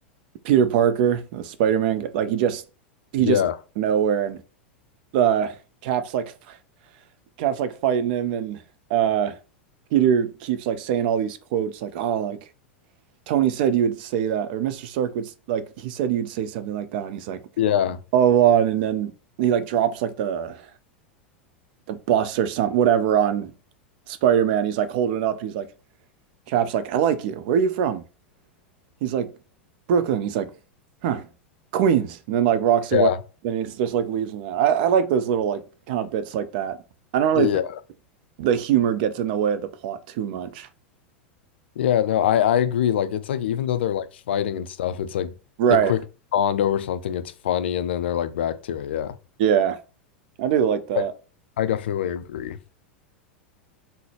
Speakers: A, on the right; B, on the left.
A: Peter Parker, the Spider-Man guy. like he just he
B: yeah,
A: just nowhere and the Cap's like Cap's like fighting him and uh Peter keeps like saying all these quotes like oh like Tony said you would say that, or Mr. Stark would like he said you'd say something like that, and he's like,
B: yeah,
A: oh, blah, blah," and then he like drops like the the bus or something, whatever on Spider-Man. He's like holding it up. He's like, Cap's like, I like you. Where are you from? He's like, Brooklyn. He's like, huh, Queens. And then like rocks
B: yeah,
A: away. Then he's just like leaves and that. I, I like those little like kind of bits like that. I don't really
B: yeah,
A: think the humor gets in the way of the plot too much.
B: yeah. No, I I agree. Like, it's like even though they're like fighting and stuff, it's like
A: Right.
B: they quick bond over something. It's funny, and then they're like back to it. Yeah.
A: Yeah. I do like that.
B: But I definitely agree.